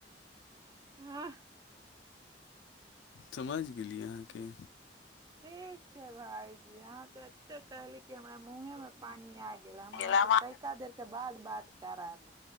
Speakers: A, on the right; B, on the left.
A: ह
B: समैझ गेलियै अहाँ के
A: ठीक छै भाईजी अहा ते एते कहली क हमरा मुंहे में पानी आ य गेल हम वहाँ
B: गेलामा
A: से तैका देर के बाद बात क रहली